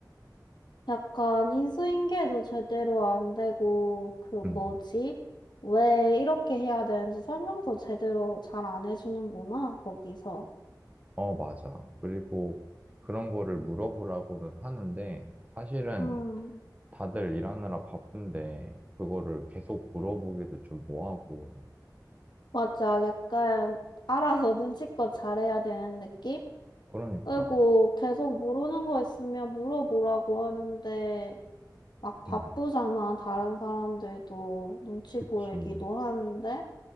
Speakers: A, on the left (about 75°); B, on the right (about 20°).
A: 약간 인수인계도 제대로 안 되고, 그
B: 음.
A: 뭐지? 왜 이렇게 해야 되는지 설명도 제대로 잘 안 해주는구나, 거기서.
B: 어, 맞아. 그리고 그런 거를 물어보라고는 하는데, 사실은
A: 음,
B: 다들 일하느라 바쁜데, 그거를 계속 물어보기도 좀 뭐하고.
A: 맞아. 약간 알아서 눈치껏 잘해야 되는 느낌?
B: 그러니까,
A: 그리고 계속 모르는 거 있으면 물어보라고 하는데, 막 바쁘잖아,
B: 음,
A: 다른 사람들도. 눈치
B: 그치.
A: 보이기도 하는데.